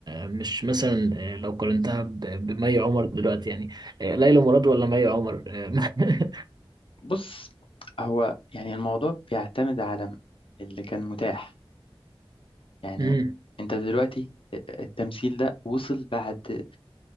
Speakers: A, on the right; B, on the left.
A: مش مثلا لو قارنتها ب- بمي عمر دلوقتي يعني ليلى مراد ولا مي عمر <laughs>
B: بص هو يعني الموضوع بيعتمد على اللي كان متاح يعني
A: امم
B: انت دلوقتي التمثيل ده وصل بعد